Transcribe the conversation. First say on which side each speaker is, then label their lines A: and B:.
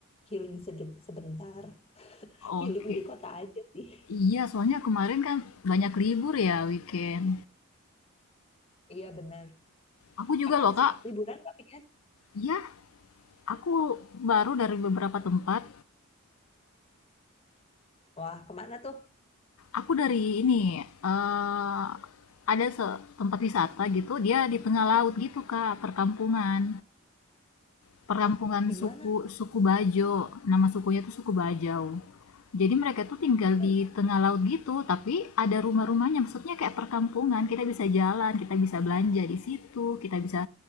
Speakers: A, on the left (about 25°); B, on the left (about 70°).
A: healing sedep- sebentar.
B: Oke,
A: Healing di kota aja sih.
B: iya soalnya kemarin kan banyak libur ya weekend.
A: <laughs> Iya benar.
B: Aku juga
A: Kakak
B: loh
A: habis
B: Kak,
A: liburan Kak Pian?
B: iya aku baru dari beberapa tempat.
A: Wah, kemana tuh?
B: Aku dari ini, eh ada se- tempat wisata gitu, dia di tengah laut gitu Kak, perkampungan. Perkampungan
A: Hah, di
B: suku
A: mana?
B: suku Bajo. Nama sukunya tuh suku Bajau. Jadi mereka tuh tinggal
A: Itu
B: di tengah laut gitu, tapi ada rumah-rumahnya. Maksudnya kayak perkampungan, kita bisa jalan, kita bisa belanja di situ, kita bisa